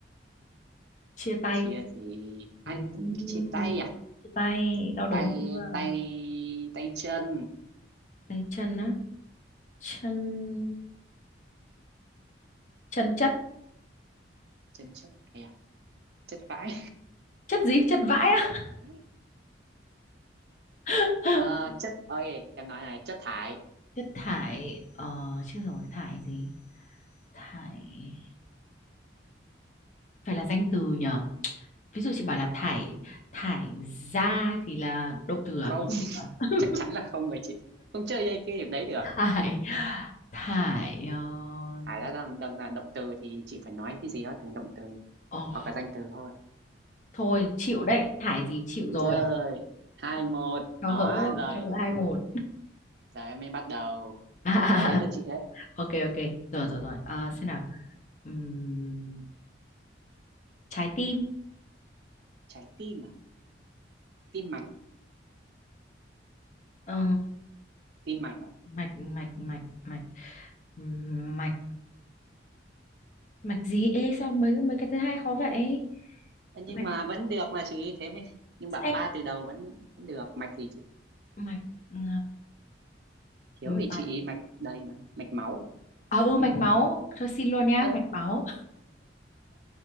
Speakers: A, on the left (about 40°); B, on the right (about 60°).
A: chia tay
B: chia gì
A: Ừm,
B: ai chia tay à
A: chia tay đau đớn
B: tay
A: chưa
B: tay tay chân
A: Đây, chân á chân chân chất
B: chân chất hay à chất vãi
A: chất gì chất vãi á
B: <laughs>
A: <laughs>
B: Ờ, chất ơi em nói này chất thải
A: chất thải ờ chết rồi thải gì thải phải là danh từ nhở ví dụ chị bảo là
B: Ờ,
A: thải thải ra thì là động từ
B: không
A: à không được à
B: <laughs>
A: <laughs>
B: chắc chắn là không rồi chị không chơi dây cái điểm đấy được
A: thải thải ờ,
B: thải đã đang đang là động từ thì chị phải nói cái gì đó thành động từ
A: ờ,
B: hoặc là danh từ thôi
A: thôi chịu đấy thải gì chịu
B: rồi
A: rồi
B: hai một
A: cho
B: đó
A: gỡ
B: rồi
A: cho gỡ hai một
B: giờ em mới bắt đầu
A: <laughs>
B: ở đấy là chị đấy
A: ok ok rồi rồi rồi Ờ, xem nào Ừm, trái tim
B: trái tim à tim mạch
A: Ờ,
B: tim mạch ạ
A: mạch mạch mạch mạch Ừm, mạch mạch gì ê sao mấy mấy cái thứ hai khó vậy
B: Ơ, nhưng
A: mạch
B: mà vẫn được mà chị thế mới nhưng bạn
A: em
B: ba từ đầu vẫn, vẫn được mạch gì chị
A: mạch ờ,
B: thiếu
A: mạch
B: thì chị mạch đầy mà mạch máu
A: à ừ mạch
B: ừ
A: máu thôi xin luôn nhá
B: ơ
A: mạch máu